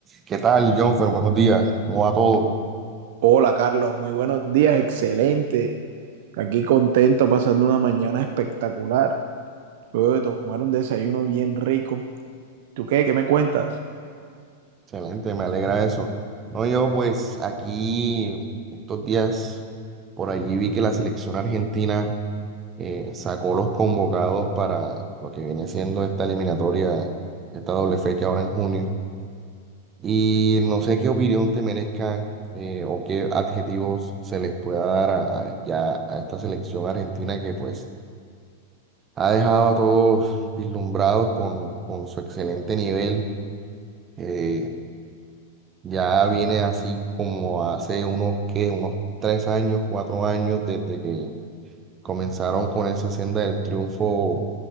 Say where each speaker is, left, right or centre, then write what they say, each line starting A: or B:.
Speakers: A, on the right (about 25°); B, on the right (about 55°).
A: ¿Qué tal, John? buenos días. ¿Cómo va todo?
B: Hola Carlos, muy buenos días, excelente. Aquí contento, pasando una mañana espectacular. Luego de tomar un desayuno bien rico. ¿Tú qué? ¿Qué me cuentas?
A: Excelente, me alegra eso. No, yo pues aquí estos días por allí vi que la selección argentina eh, sacó los convocados para lo que viene siendo esta eliminatoria, esta doble fecha ahora en junio. Y no sé qué opinión te merezca eh, o qué adjetivos se les pueda dar a, a- ya a esta selección argentina que pues ha dejado a todos vislumbrados con, con su excelente nivel. eh, Ya viene así como hace unos que, unos tres años, cuatro años desde que comenzaron con esa senda del triunfo